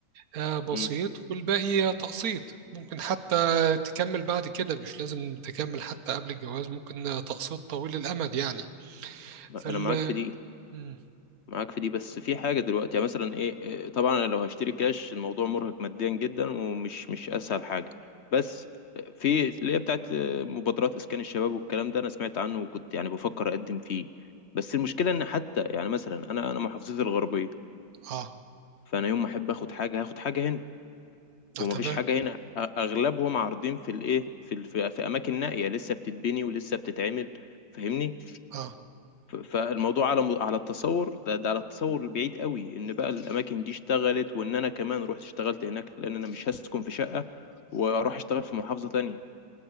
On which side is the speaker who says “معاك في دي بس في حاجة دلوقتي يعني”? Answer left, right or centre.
Left